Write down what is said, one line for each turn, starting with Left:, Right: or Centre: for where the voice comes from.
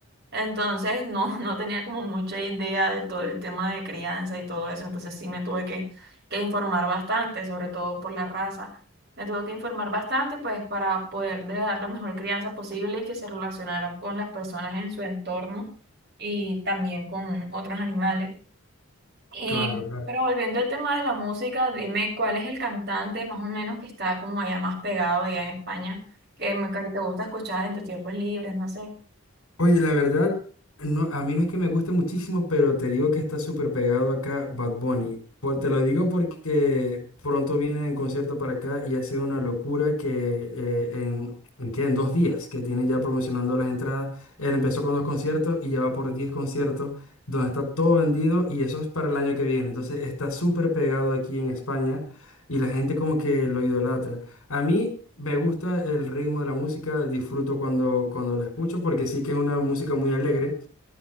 Right: Entonces no, no tenía como mucha idea de todo el tema de crianza y todo eso, entonces sí me tuve que, que informar bastante, sobre todo por la raza. Me tuve que informar bastante pues para poderle dar la mejor crianza posible y que se relacionaran con las personas en su entorno y también con otros animales. Eh,
Left: Claro, claro.
Right: pero volviendo al tema de la música, dime cuál es el cantante más o menos que está como allá más pegado allá en España, que, me- que te gusta escuchar en tus tiempos libres, no sé.
Left: Oye, la verdad, no, a mí no es que me guste muchísimo, pero te digo que está súper pegado acá Bad Bunny. Por- te lo digo porque pronto viene en concierto para acá y ha sido una locura que eh, en, ¿en qué? En dos días que tienen ya promocionando las entradas. Él empezó con dos conciertos y ya va por 10 conciertos donde está todo vendido y eso es para el año que viene. Entonces está súper pegado aquí en España y la gente como que lo idolatra. A mí me gusta el ritmo de la música, disfruto cuando, cuando lo escucho porque sí que es una música muy alegre